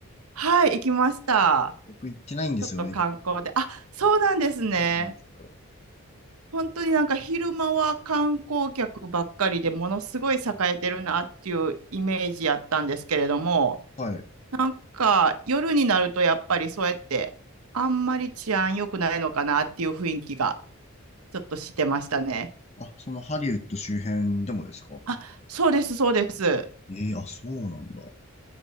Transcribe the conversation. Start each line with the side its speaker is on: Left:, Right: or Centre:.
Right: はい、行きました。
Left: 僕行ってないんですよね。
Right: ちょっと観光で。あ、そうなんですね。
Left: そうなんですよ。
Right: 本当になんか昼間は観光客ばっかりでものすごい栄えてるなっていうイメージやったんですけれども、
Left: はい。
Right: なんか夜になるとやっぱりそうやってあんまり治安良くないのかなっていう雰囲気がちょっとしてましたね。
Left: あ、そのハリウッド周辺でもですか
Right: あ、そうです、そうです。
Left: ええあ、そうなんだ。